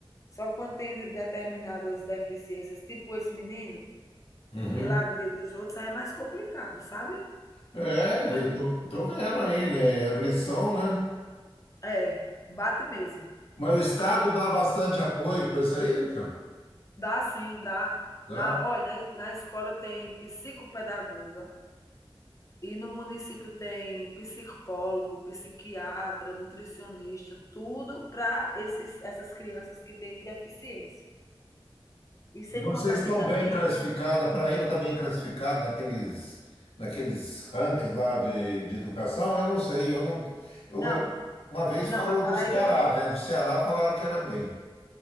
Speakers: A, on the left (about 35°); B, on the left (about 90°).
A: Só quando tem determinadas deficiências, tipo esse menino,
B: Uhum.
A: que ele agride os outros, aí é mais complicado, sabe?
B: É, eu
A: Mas,
B: tô, tô vendo aí, né? É Agressão, né?
A: é, bate mesmo.
B: Mas o Estado
A: Aí
B: dá bastante apoio para isso aí, Raquel?
A: dá sim, dá,
B: Dá.
A: dá. Olha, na na escola tem psicopedagoga e no município tem psicólogo, psiquiatra, nutricionista, tudo para esses essas crianças que têm deficiência. E sem
B: E vocês
A: contar
B: estão
A: que também
B: bem classificados? a Paraíba está bem classificada naqueles, naqueles rankings lá de, de educação? Eu não sei, eu não. eu-
A: não,
B: uma vez
A: não,
B: falou
A: a Paraíba
B: do Ceará,
A: não.
B: né? Do Ceará falaram que era bem,